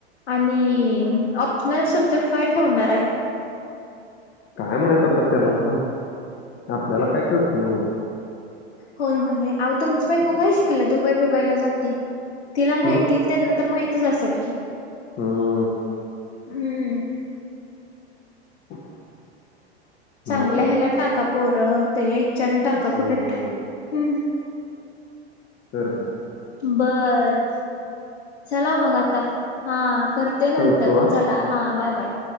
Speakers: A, on the left; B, on the left.
A: आणि ऑप्शनल सब्जेक्ट काय ठेवणार आहे?
B: काय माहिती आता त्यालाच माहिती आपल्याला काय कळतंय एवढं.
A: होय होय होय तुमची बाईको काय शिकल्या दुबई बिबईला जाते तिला माहिती
B: हम्म
A: त्यांना तर माहितीच असल की.
B: हम्म.
A: हम्म.
B: <inaudible>
A: चांगल्या
B: मग काय
A: हेला टाका पोरं त्याच्या इच्छाने टाका
B: हो
A: कुठे टा
B: हो
A: हम्म.
B: तर काय
A: बरं चला हो मग आता हा करते
B: ठेवतो
A: नंतर
B: हा
A: चला हा बाय बाय.